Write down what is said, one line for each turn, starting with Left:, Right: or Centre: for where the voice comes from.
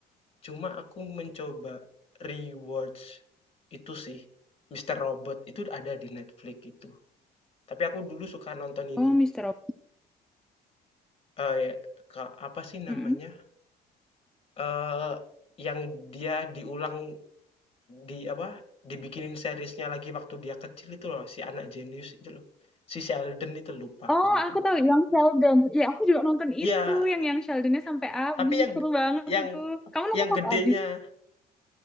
Left: Cuma aku mencoba rewatch itu sih, Mister Robot itu ada di Netflix itu. Tapi aku dulu suka nonton ini.
Centre: Oh Mister Robot.
Left: Eh, ke- apa sih namanya?
Centre: Mm-mm.
Left: Eh, yang dia diulang di apa? Dibikinin seriesnya lagi waktu dia kecil itu loh, si anak jenius itu loh. Si Sheldon itu lupa
Centre: Oh,
Left: aku namanya.
Centre: aku tahu yang Sheldon. Ya, aku juga nonton
Left: Iya,
Centre: itu yang yang Sheldonnya sampai habis.
Left: Tapi yang
Centre: Seru banget
Left: yang
Centre: itu. Kamu nonton
Left: yang
Centre: sampai
Left: gedenya
Centre: habis?